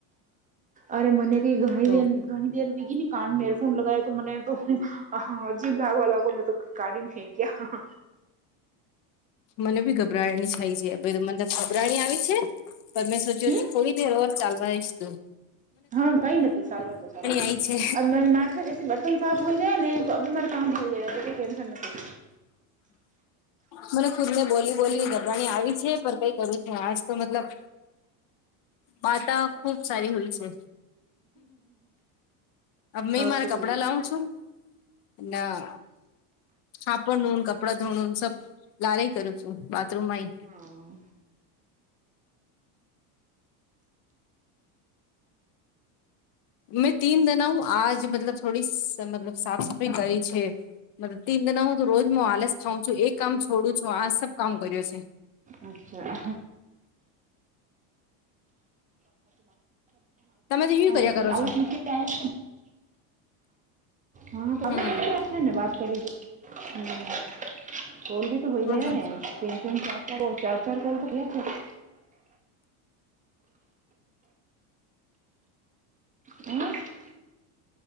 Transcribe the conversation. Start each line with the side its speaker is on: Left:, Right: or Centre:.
Right: અરે મને કઈ ઘણી
Left: તો
Right: દેર ઘણી દેર વીગી ને કાન એરફોન લગાવો તો મને તો હા અજીબ લાગવા લાગો મેં તો કાઢીને ફેંક્યા
Left: મને બી ગબરાણી થાય છે મને ગબરાણી આવી છે પર મેં સોચ્યો
Right: હમ
Left: થોડી દર ઓર ચાલવાઈદ
Right: હા કઈ નથી ચાલવા ચાલવા
Left: આઈ છે
Right: દો <unintelligible> ન સાફ હોઈ જાય ને તો અી મારે કામ મઈ જાય એ તો કોઈ ટટેન્શન નથી
Left: મને ખુદ ને બોલી બોલીને ગરવાની આવી છે પણ કઈ કરું છે આજ તો મતલબ વાતા ખુબ સારી હોય છે મે
Right: આજ
Left: મારા
Right: તો
Left: કપડા
Right: ખૂબ
Left: લાવું છું ના હાપડ કપડાં ધોણું સબ લારે કરું છું બાથરૂમ માં
Right: હા
Left: મેં તીન દના હું આજ મતલબ થોડી મતલબ સાફ સફાઈ કરી છે મત તીન દના હું તો રોજ આલસ ખઉં છું એક કામ છોડું છું આ સબ કામ કર્યો છે
Right: અચ્છા
Left: તમે તો કર્યા
Right: <unintelligible>
Left: કરો છો
Right: <unintelligible>
Left: હમ
Right: તો હોય ગયા ને ત ત ચાર ચાર
Left: હ
Right: ચાર ચાર સલ તો ગયા હમ